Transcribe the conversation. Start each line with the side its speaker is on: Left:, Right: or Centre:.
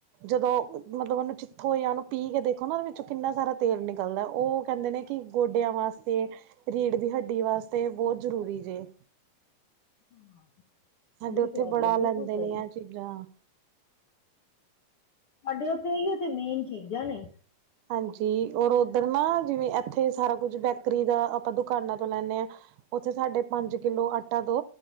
Right: ਜਦੋਂ ਮਤਲਬ ਉਹਨੂੰ ਚਿੱਥੋਂ ਜਾਂ ਉਹਨੂੰ ਪੀ ਕੇ ਦੇਖੋ ਨਾ ਉਹਦੇ ਵਿੱਚੋਂ ਕਿੰਨਾ ਸਾਰਾ ਤੇਲ ਨਿਕਲਦਾ ਉਹ ਕਹਿੰਦੇ ਨੇ। ਕਿ ਗੋਡੇਆਂ ਵਾਸਤੇ, ਰੀੜ ਦੀ ਹੱਡੀ ਵਾਸਤੇ ਬੋਹਤ ਜਰੂਰੀ ਜੇ।
Left: <inaudible>
Right: ਸਾਡੇ
Left: ਸਹੀ
Right: ਓਥੇ
Left: ਕਹਿ
Right: ਬੜਾ
Left: ਰਹੇ ਹੋ ਬਿਲਕੁਲ
Right: ਲੈਂਦੇ
Left: ਸਹੀ।
Right: ਨੇ ਆ ਚੀਜ਼ਾਂ।
Left: ਸਾਡੇ ਉੱਥੇ ਇਹੀ ਉਥੇ ਮੇਨ ਚੀਜ਼ਾਂ ਨੇ।
Right: ਹਾਂਜੀ ਔਰ ਉੱਧਰ ਨਾ ਜਿਵੇਂ ਇੱਥੇ ਸਾਰਾ ਕੁਝ ਬੇਕਰੀ ਦਾ ਆਪਾਂ ਦੁਕਾਨਾਂ ਤੋਂ ਲੈਦੇ ਹਾਂ। ਉਓਥੇ ਸਾਡੇ ਪੰਜ ਕਿਲੋ ਆਟਾ ਦੋ